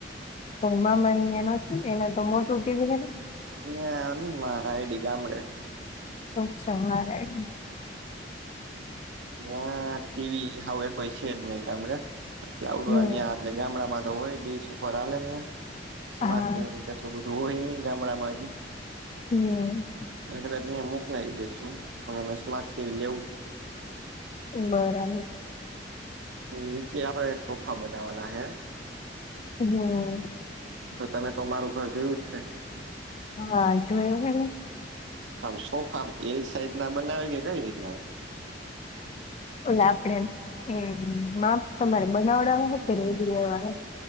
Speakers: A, on the left (about 35°); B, on the right (about 85°).
A: તમા મા ્ઞ ન નથી એને તમ તુટી ખાને
B: અમાં સાાયડી ગામડે
A: અચ્છા મારા
B: ના્યા ટીવી હવે કોઈ છે જ નહી ગામડે એલેડવા
A: હમ્મ
B: એટલે ગામડામાં તો હોય ડીસ ઉપર હા સમાજ
A: હા
B: તો બધું હોય નહિ ગામડામાંથી.
A: હમ
B: કદાચ મોકલાવી દેસુ અને સ્માર્ટ ટીવી લેવું
A: બરાબર
B: નીચે આપણે સોફા બનાવવાના હે
A: હમ
B: તો તમે તો અમારું ઘર જોયું જ છે.
A: હા જોયું હેને.
B: આમ સોફા એલ સાઈઝ ના બનાવે કે કઈ રીતના હોય.
A: ઓલે આપડે હ માપ તમારે બનાવડવા કે રેડી લેવા